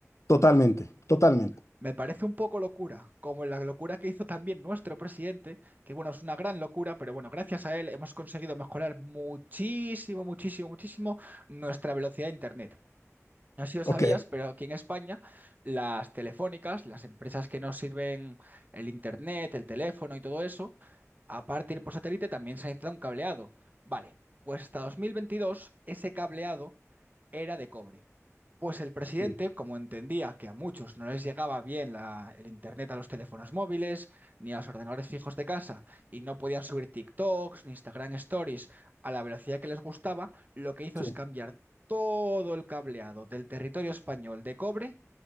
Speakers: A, on the left; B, on the right.
A: Totalmente, totalmente.
B: Me parece un poco locura, como la locura que hizo también nuestro presidente, que bueno, es una gran locura, pero bueno, gracias a él hemos conseguido mejorar muchísimo, muchísimo, muchísimo nuestra velocidad de Internet. No sé si lo sabías,
A: Ok.
B: pero aquí en España las telefónicas, las empresas que nos sirven el internet, el teléfono y todo eso, aparte de ir por satélite, también se ha instalado un cableado. Vale, pues hasta 2022 ese cableado era de cobre. Pues el presidente,
A: Sí.
B: como entendía que a muchos no les llegaba bien la- el internet a los teléfonos móviles ni a los ordenadores fijos de casa y no podían subir TikToks ni Instagram Stories a la velocidad que les gustaba, lo que hizo
A: Sí.
B: es cambiar todo el cableado del territorio español de cobre